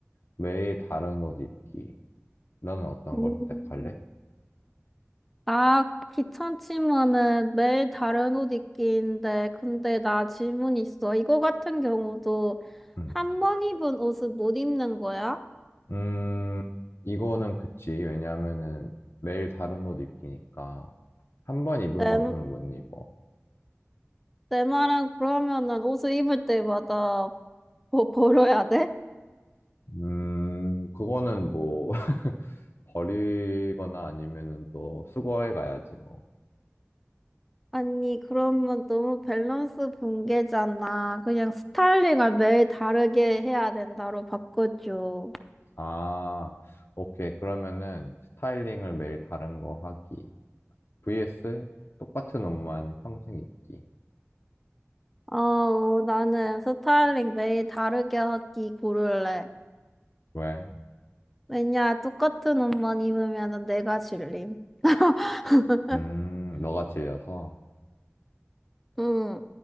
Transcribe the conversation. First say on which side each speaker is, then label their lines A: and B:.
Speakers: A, on the left; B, in the centre.
A: 매일 다른 옷 입기. 너는 어떤
B: 음,
A: 걸 선택할래?
B: 나 귀찮지만은 매일 다른 옷 입기인데 근데 나 질문 있어. 이거 같은 경우도
A: 음.
B: 한 번 입은 옷을 못 입는 거야?
A: 음, 이거는 그치. 왜냐하면은 매일 다른 옷 입기니까 한 번 입은
B: 내,
A: 옷은 못 입어.
B: 내 말은 그러면은 옷을 입을 때마다 버, <laughs> 벌어야 돼?
A: 음, 그거는 뭐 <laughs> 버리거나 아니면은 또 수거해 가야지 뭐.
B: 아니, 그러면 너무 밸런스 붕괴잖아. 그냥 스타일링을 매일 다르게 해야 된다로 바꿔줘.
A: 아, 오케이. 그러면은 스타일링을 매일 다른 거 하기. vs 똑같은 옷만 평생 입기.
B: 어, 나는 스타일링 매일 다르게 하기 고를래.
A: 왜?
B: 왜냐, 똑같은 옷만 입으면 내가 질림. <laughs>
A: 음, 너가 질려서.
B: 응,